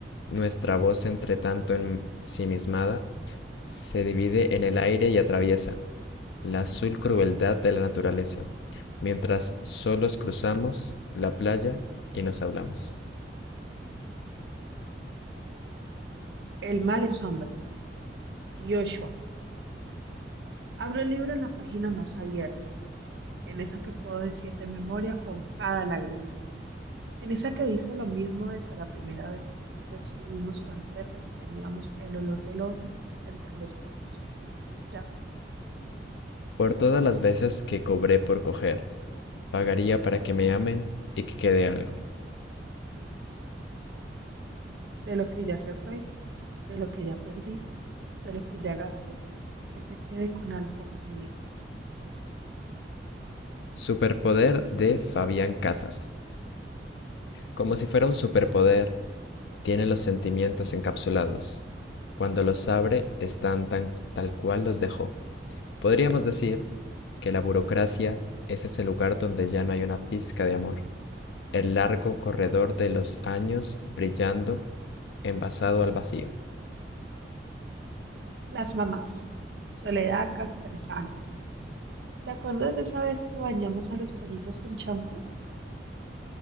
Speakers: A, on the left (about 80°); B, on the right (about 75°).
A: nuestra voz entre tanto ensimismada se divide en el aire y atraviesa la azul crueldad de la naturaleza, mientras solos cruzamos la playa y nos hablamos.
B: El mal es hombre. Yoshua. Abro el libro en la página más abierta, en esa que puedo decir de memoria con cada lágrima, en esa que dice lo mismo desde la primera vez, que estuvimos tan cerca que teníamos el olor del otro entre los dedos. Ya fue.
A: Por todas las veces que cobré por coger, Pagaría para que me amen y que quede algo.
B: De lo que ya se fue, de lo que ya perdí, de lo que ya gasté que se quede con algo conmigo.
A: Superpoder de Fabián Casas. Como si fuera un superpoder, tiene los sentimientos encapsulados. Cuando los abre, están tan tal cual los dejó. Podríamos decir que la burocracia es ese lugar donde ya no hay una pizca de amor. El largo corredor de los años brillando, envasado al vacío.
B: Las mamás. Soledad Castresana. ¿Te acuerdas de esa vez que bañamos a los pollitos con champú?